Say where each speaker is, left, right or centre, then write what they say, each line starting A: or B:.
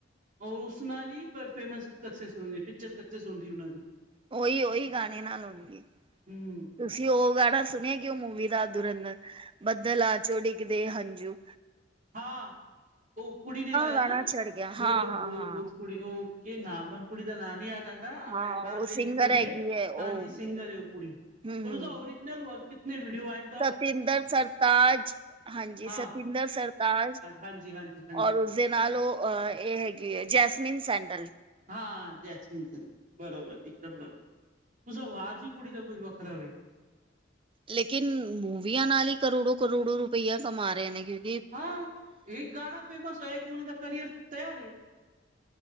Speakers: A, on the right; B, on the right.
A: ਔਰ ਉਸ ਨਾਲ ਈ ਫੇਮਸ ਸਕਸੈਸ ਹੁੰਦੀ ਐ ਪਿਚਰ ਸਕਸੈਸ ਹੁੰਦੀ ਉਹਨਾਂ ਦੀ।
B: ਉਹੀ ਉਹੀ ਗਾਣੇ ਨਾਲ ਹੋਣ ਗੇ।
A: ਹੂੰ
B: ਤੁਸੀਂ ਉਹ ਗਾਣਾ ਸੁਣਿਆ ਕਿ ਉਹ ਮੂਵੀ ਦਾ ਦੁਰਅੰਦਰ ਬੱਦਲ ਆ ਚੋਡੀ? ਦੇ ਹੰਜੂ।
A: ਹਾਂ ਓ ਕੁੜੀ ਨੇ ਗਾਏਆ
B: ਗਾਣਾ
A: ਨਾ
B: ਚੜ ਗਿਆ
A: ਬੋਤ-ਬੋਤ-ਬੋਤ
B: ਹਾਂ ਹਾਂ ਹਾਂ
A: ਕੁੜੀ ਓ ਕੇ ਨਾ ਮਨ ਕੁੜ ਦਾ ਨਾਂ ਨੀ ਦਾ ਐਵੇਂ
B: ਹਾਂ
A: ਬਾਰ
B: ਉਹ ਸਿੰਗਰ
A: ਦੇਸ਼ ਦੀ ਕੁੜੀ
B: ਹੈਗੀ
A: ਐ
B: ਹੈ ਉਹ
A: ਹਾਂਜੀ ਸਿੰਗਰ ਐ ਓ ਕੁੜੀ
B: ਹਮ ਹਮ
A: ਪਰ ਉਸਦਾ ਓਰੀਜਨਲ ਵਰਕ ਕਿਤਨੇ ਵੀਡੀਓ ਵਾਇਰਲ
B: ਸਤਿੰਦਰ ਸਰਤਾਜ, ਹਾਂਜੀ
A: ਹਾਂ
B: ਸਤਿੰਦਰ ਸਰਤਾਜ
A: ਹਾਂਜੀ ਹਾਂਜੀ ਹਾਂਜੀ
B: ਔਰ ਉਸਦੇ ਨਾਲ ਓ ਏ ਹੈਗੀ ਐ ਜੈਸਮਿਨ ਸੈਂਡਲ।
A: ਹਾਂ ਜੈਸਮੀਨ ਸੈਂਡਲ ਬਰੋਬਰ ਇੱਕਦਮ ਬਰੋਬਰ ਉਸਦਾ ਆਵਾਜ਼ ਹੀ ਕੁੜੀ ਦਾ ਕੁੱਝ ਵੱਖਰਾ ਵੈ।
B: ਲੇਕਿਨ ਮੂਵੀਆਂ ਨਾਲ ਈ ਕਰੋੜੋ-ਕਰੋੜੋ ਰੁਪਈਆ ਕਮਾ ਰਏ ਨੇ ਕਿਉਕਿ
A: ਹਾਂ ਇੱਕ ਗਾਣਾ ਫੇਮਸ ਹੋਏਆ ਕਿ ਓਨਾਂ ਦਾ ਕਰੀਅਰ ਤਿਆਰ ਐ।